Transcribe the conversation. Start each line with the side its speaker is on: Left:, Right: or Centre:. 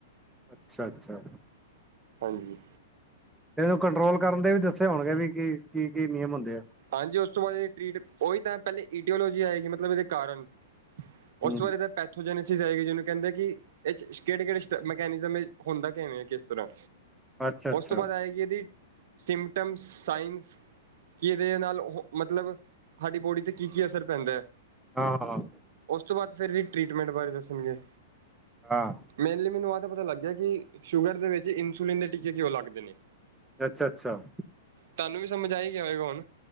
Centre: ਅੱਛਾ -ਅੱਛਾ
Right: ਹਾਂਜੀ
Centre: ਤੇ ਇਹਨੂੰ ਕੰਟਰੋਲ ਕਰਨ ਦੇ ਵੀ ਦੱਸੇ ਹੋਣਗੇ ਵੀ ਕੀ- ਕੀ- ਕੀ ਨਿਯਮ ਹੁੰਦੇ ਆ।
Right: ਹਾਂਜੀ ਉਸ ਤੋਂ ਬਾਅਦ ਇਹ ਟਰੀਟ ਉਹੀ ਤਾਂ ਪਹਿਲੇ ਈਡੀਓਲੋਜੀ ਆਏਗੀ ਮਤਲਬ ਇਹਦੇ ਕਾਰਨ
Centre: ਹੂੰ
Right: ਉਸ ਤੋਂ ਬਾਦ ਪੈਥੋਜੈਨਸਿਸ ਆਏਗੀ ਜਿਹਨੂੰ ਕਹਿੰਦੇ ਕਿ ਇਹ ਕਿਹੜੇ -ਕਿਹੜੇ ਮਕੈਨਿਜ਼ਮ ਹੁੰਦਾ ਕਿਵੇਂ ਕਿਸ ਤਰ੍ਹਾਂ
Centre: ਅੱਛਾ ਅੱਛਾ
Right: ਉਸ ਤੋਂ ਬਾਅਦ ਆਏਗੀ ਇਹਦੀ ਸਿੰਮਟਮਸ ਸਾਇੰਸ ਕਿ ਇਹਦੇ ਨਾਲ ਮਤਲਬ ਸਾਡੀ ਬੋਡੀ ਤੇ ਕੀ ਕੀ ਅਸਰ ਪੈਂਦਾ।
Centre: ਹਾਂ- ਹਾਂ
Right: ਉਸ ਤੋਂ ਬਾਅਦ ਫਿਰ ਵੀ ਟਰੀਟਮੈਂਟ ਬਾਰੇ ਦੱਸਣਗੇ।
Centre: ਹਾਂ
Right: ਮੇਨਲੀ ਮੈਨੂੰ ਆਹ ਤਾਂ ਪਤਾ ਲੱਗ ਗਿਆ ਕਿ ਸ਼ੂਗਰ ਦੇ ਵਿੱਚ ਇਨਸੁਲਿਨ ਦੇ ਟੀਕੇ ਕਿਉ ਲੱਗਦੇ ਨੇ।
Centre: ਅੱਛਾ ਅੱਛਾ
Right: ਤੁਹਾਨੂੰ ਵੀ ਸਮਝ ਆਈ ਗਿਆ ਹੋਵੇਗਾ ਹੁਣ